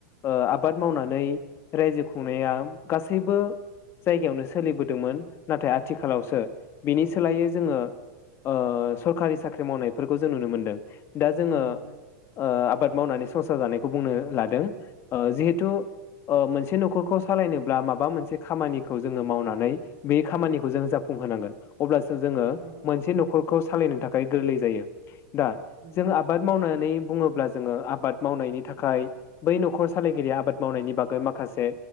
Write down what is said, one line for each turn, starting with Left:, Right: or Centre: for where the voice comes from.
Left: ओ आबाद मावनानै रायजो खुंनाया गासैबो जायगायावनो सोलिबोदोंमोन नाथाय आथि खालावसो बिनि सोलायै जोङो ओ सरखारि साख्रि मावनायफोरखौ जों नुनो मोनदों। दा
Right: नंगौ
Left: जोङो
Right: नंगौ
Left: ओ बाद मावनानै संसार जानायखौ बुंनो लादों ओ जिहेथु ओ मोनसे नखरखौ सालायनोब्ला माबा मोनसे खामानिखौ जोङो मावनानै बे खामानि जों जाफुंहोनांगोन अब्लासो जोङो
Right: औ
Left: मोनसे
Right: औ
Left: नखरखौ सालायनो थाखाय गोरलै जायो। दा
Right: नंगौ
Left: जों आबाद मावनानै बुङोब्ला जोङो आबाद मावनायनि थाखाय बै नखर सालायगिरिया आबाद मावनायनि बागै माखासे